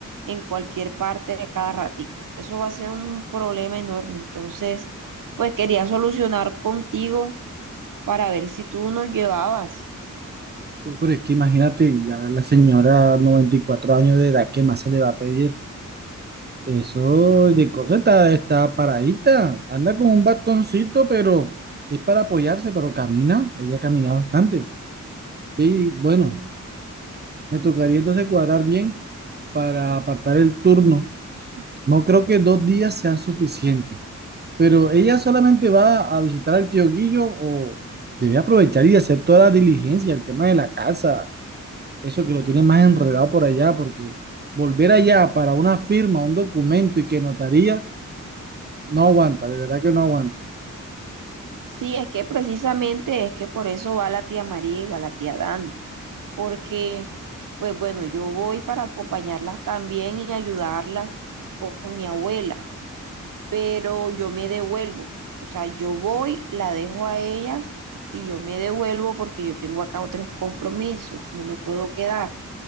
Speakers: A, on the right; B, on the right.
A: en cualquier parte a cada ratito. Eso va a ser un problema enorme. Entonces, pues quería solucionar contigo para ver si tú nos llevabas.
B: No, Pero es que imagínate, ya la señora 94 años de edad, ¿qué más se le va a pedir? Eso de cosa está, está paradita, anda con un bastoncito, pero es para apoyarse, pero camina, ella camina bastante. Sí, bueno, me tocaría entonces cuadrar bien para apartar el turno. No creo que dos días sean suficientes, pero ella solamente va a visitar al tío Guillo o debe aprovechar y hacer toda la diligencia, el tema de la casa, eso que lo tiene más enredado por allá, porque volver allá para una firma, un documento y que notaría, no aguanta, de verdad que no aguanta.
A: Sí, es que precisamente es que por eso va la tía María y va la tía Dani, porque pues bueno, yo voy para acompañarlas también y ayudarlas con con mi abuela pero yo me devuelvo. O sea, yo voy, la dejo a ellas y yo me devuelvo porque yo tengo acá otros compromisos, no me puedo quedar.